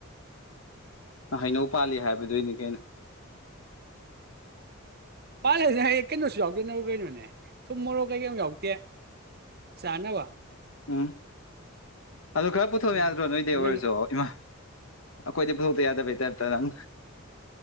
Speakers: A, on the left; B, on the right.
A: ꯑꯣ ꯍꯩꯅꯧ ꯄꯥꯜꯂꯤ ꯍꯥꯏꯕꯗꯨꯣꯏꯅꯤ ꯀꯩꯅꯣ
B: ꯄꯥꯜꯂꯁꯤꯅ ꯍꯌꯦ ꯀꯩꯅꯣꯁꯨ ꯌꯥꯎꯗꯅꯕ ꯀꯩꯅꯣꯅꯦ ꯊꯨꯝ ꯃꯣꯔꯣꯛ ꯀꯩꯀꯩ ꯌꯥꯎꯗꯦ ꯆꯥꯅꯕ
A: ꯑꯝ ꯑꯗꯨ ꯈꯔ ꯄꯨꯊꯣꯛ
B: ꯎꯝ
A: ꯌꯥꯗ꯭ꯔꯣ ꯅꯣꯏꯗ ꯑꯣꯏꯔꯁꯨ
B: ꯅꯪ
A: ꯏꯃꯥ ꯑꯈꯣꯏꯗꯤ ꯐ ꯇꯔ ꯕꯇ ꯏꯔ ꯇ ꯅꯝ